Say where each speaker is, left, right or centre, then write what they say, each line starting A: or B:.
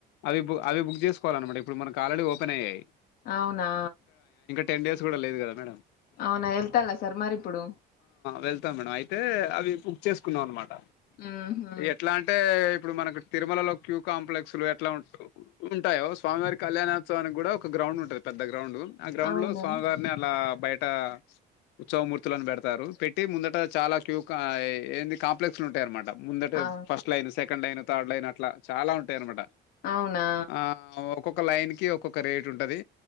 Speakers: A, on the left (about 85°); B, on the left (about 55°).
A: అవి అవిు చేసుకోవలన్నమాటప్పుడు మన ఆల్రెడీ ఓపెన్య్యాయి
B: అవునా
A: టెన్ డేస్ కూడా లేదు కదా మే
B: అవునా వెళ్తాలా సార్ మరి ఇప్పుడు
A: వెళ్తా మే అే అవి బుక్ చేసుకున్నాం అనమాట
B: ఉహు
A: ఎట్లా అంటే ఇప్పుడు మనకి తిరుమలలో క్యూ కాంప్లెక్స్ లు ఎట్లా ఉ ఉంటాయో స్వామివారికి కళ్యాణోత్సవానికి కూడా ఒక గ్రౌండ్ ఉంటంది పెద్ద గ్రౌండ్ ఆ గ్రౌండ్
B: అవునా
A: లో స్వామివారిని అలా బయట ఉత్సవమూర్తులను పెడతారు పెట్టి ముందట చాలా క్యూ ఏన్ని కాంప్లెక్స్ లు ఉంటాయ అన్నమాట ముందటే
B: ఆ
A: first line second line third line అట్లా చాలా ఉంటాయి అనమాట
B: అవునా
A: ఆ ఒక్కొక్క లైన్ కి ఒక్కొక్క రేట్ ఉంటది